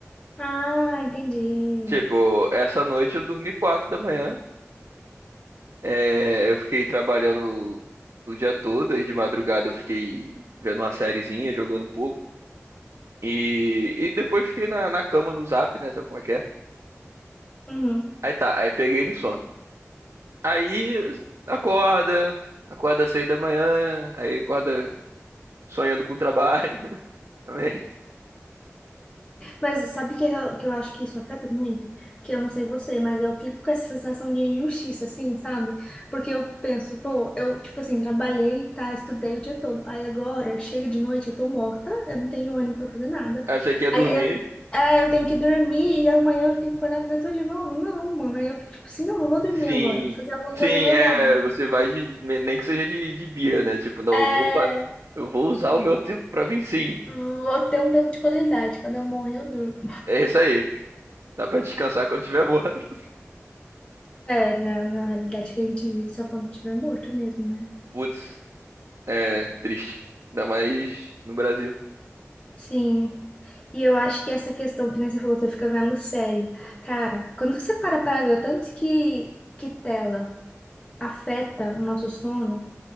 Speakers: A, on the left; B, on the right.
A: Ah, entendi.
B: Tipo, essa noite eu dormi quatro da manhã, é, eu fiquei trabalhando o dia todo, aí de madrugada eu fiquei vendo uma sériezinha, jogando um pouco, e, e depois fiquei na, na cama no zap, né? Sabe como é que é?
A: Uhum.
B: Aí tá, aí peguei no sono. Aí acorda, acorda às seis da manhã, aí acorda sonhando com o trabalho <laughs> também.
A: Mas sabe que eu, que eu acho que isso afeta muito? Que eu não sei você, mas eu fico com essa sensação de injustiça, assim, sabe? Porque eu penso, pô, eu, tipo assim, trabalhei, tá, estudei o dia todo. Aí agora, chega de noite, eu tô morta, eu não tenho ânimo pra fazer nada.
B: Aí você quer dormir.
A: Aí eu, é, eu tenho que dormir e amanhã eu tenho que acordar e fazer tudo de novo. Não, mano, aí eu fico tipo assim, não, eu vou dormir
B: Sim,
A: agora, vou fazer alguma
B: sim,
A: coisa legal.
B: é, você vai de, nem que seja de, de birra, né? Tipo, não,
A: É.
B: eu vou, pa- eu vou usar o meu tempo pra mim, sim.
A: Vou ter um tempo de qualidade. Quando eu morrer, eu durmo.
B: É isso aí. Dá pra descansar quando tiver morto.
A: É, na, na realidade que a gente vive só quando tiver morto mesmo, né?
B: <laughs> Putz, é triste. Ainda mais no Brasil.
A: Sim. E eu acho que essa questão que nem você falou, você fica vendo série. Cara, quando você para para ver o tanto que, que tela afeta o nosso sono,